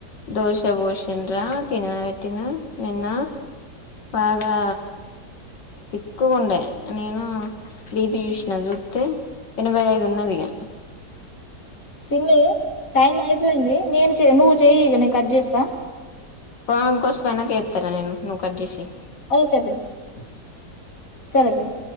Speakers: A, on the left (about 85°); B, on the left (about 50°).
A: దోస బోసిన్ రా తినబెట్టిన నిన్న బాగా సిక్కుగ ఉండే నేను బీపీ చూసిన చూస్తే ఎనభై ఐదు ఉన్నదిఇగ
B: పిన్ని టైం అయిపోయింది నేను నువ్వు చెయ్యి ఇగ నేను కట్ చేస్తా
A: ఆ కొద్దిసేపు అయినా ఇంకా చేస్తారా నేను నువ్వు కట్ చేసేసేయ్
B: ఓకే పిన్ని సరే పిన్ని